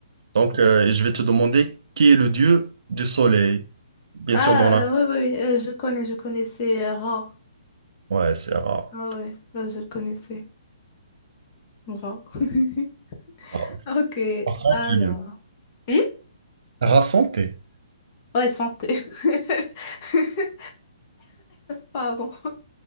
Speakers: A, on the right; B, on the left.
A: Donc, euh, et je vais te demander qui est le dieu du soleil. Bien
B: ah,
A: sûr, dans la...
B: euh, oui, oui, oui, euh, je connais, je connaissais euh, Ra.
A: Ouais, c'est Ra.
B: Ah, ouais, ouais, je le connaissais, Ra. <laughs>
A: Ra
B: Ok,
A: Santé,
B: alors.
A: bien sûr.
B: Hmm
A: Ra Santé.
B: Ouais, santé. <laughs> Pardon.